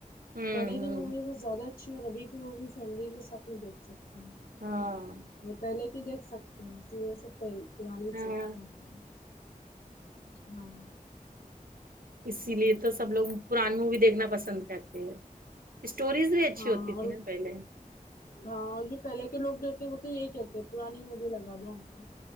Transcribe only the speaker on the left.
پہلے
کی مووی بہت زیادہ اچھی ہے اور ابھی کی مووی فیملی کے ساتھ میں دیکھ سکتے ہیں
اور پہلے کی دیکھ سکتے ہیں اس لیے یہ سب پہ پرانی چیزیں
ہیں وغیرہ ہاں
ہاں
اور
ہاں اور جو پہلے کے لوگ رہتے ہیں وہ تو یہی کہتے ہیں پرانی مووی لگا دو ہم کو